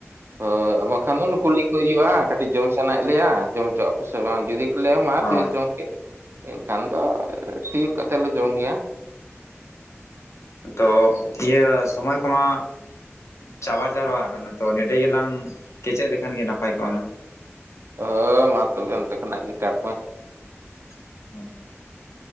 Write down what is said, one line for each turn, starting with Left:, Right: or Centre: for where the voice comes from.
Right: ᱦᱳᱭ ᱵᱟᱠᱷᱟᱱ ᱫᱚ ᱠᱩᱞᱤ ᱠᱚ ᱦᱩᱭᱩᱜᱼᱟ ᱠᱟᱹᱴᱤᱡ ᱡᱚᱢ ᱥᱟᱱᱟᱭᱮᱫ ᱞᱮᱭᱟ ᱡᱚᱢ ᱦᱚᱪᱚᱣᱟᱜ ᱥᱮ ᱵᱟᱝ ᱡᱩᱫᱤ ᱠᱚ ᱞᱟᱹᱭᱟ ᱢᱟ
Left: ᱦᱳᱭ
Right: ᱛᱤᱭᱳᱜ ᱡᱚᱝ ᱠᱮᱫ ᱮᱱᱠᱷᱟᱱ ᱫᱚ ᱛᱤᱭᱳᱜ ᱠᱟᱛᱮᱜ ᱞᱮ ᱡᱚᱢ ᱜᱮᱭᱟ
Left: ᱛᱚ ᱤᱭᱟᱹ ᱥᱚᱢᱚᱭ ᱠᱚᱢᱟ ᱪᱟᱵᱟ ᱪᱟᱵᱟ ᱠᱟᱱᱟ ᱛᱚ ᱱᱚᱸᱰᱮ ᱜᱮᱞᱟᱝ ᱠᱮᱪᱮᱫ ᱞᱮᱠᱷᱟᱱ ᱜᱮ ᱱᱟᱯᱟᱭ ᱠᱚᱜᱼᱟ ᱱᱟᱝ
Right: ᱦᱮᱸ ᱢᱟ ᱛᱚᱵᱮ ᱚᱱᱛᱮ ᱠᱷᱚᱱᱟᱜ ᱜᱮ ᱠᱟᱴ ᱢᱮ
Left: <unintelligible>